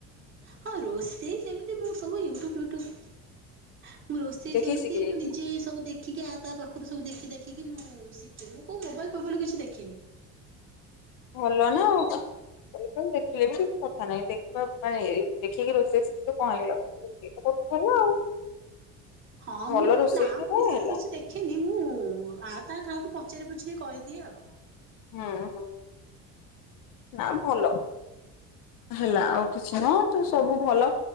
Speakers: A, on the right; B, on the left.
A: ହଁ ରୋଷେଇ ସେମିତି ମୁଁ ସବୁ ୟୁଟୁବ ଫ୍ୟୁଟୁବ ମୁଁ ରୋଷେଇ
B: ଦେଖିକି
A: ସେମିତି
B: ଶିଖି ଯାଇଛି
A: ମୁଁ ନିଜେ ସବୁ ଦେଖିକି ଆ ତା ପାଖରୁ ସବୁ ଦେଖି ଦେଖିକି ମୁଁ ଶିଖେ। ମୁଁ କୋଉ ମୋବାଇଲ ଫୋବାଇଲ ରୁ କିଛି ଦେଖିନି।
B: ଭଲ ନା ଆଉ ଆଜି କାଲି ଦେଖିଲେ ବି କିଛି କଥା ନାହିଁ ଦେଖିବା ମାନେ ଦେଖିକି ରୋଷେଇ ଶିଖିଲେ କଣ ହେଇଗଲା। ରୋଷେଇ ତ। <unintelligible>
A: ହଁ
B: ଭଲ
A: ମୁଁ
B: ରୋଷେଇ
A: ନା
B: ଯେ
A: ମୁଁ
B: କଣ
A: ବିଶେଷ
B: ହେଲା
A: କିଛି ଦେଖେନି ମୁଁ ଆ ତା ଠାରୁ ପଚାରି ପୁଚୁରି କରିଦିଏ ଆଉ।
B: ହୁଁ ହୁଁ ନା ଭଲ। ହେଲା ଆଉ କିଛି ନୁହଁ ତ ସବୁ ଭଲ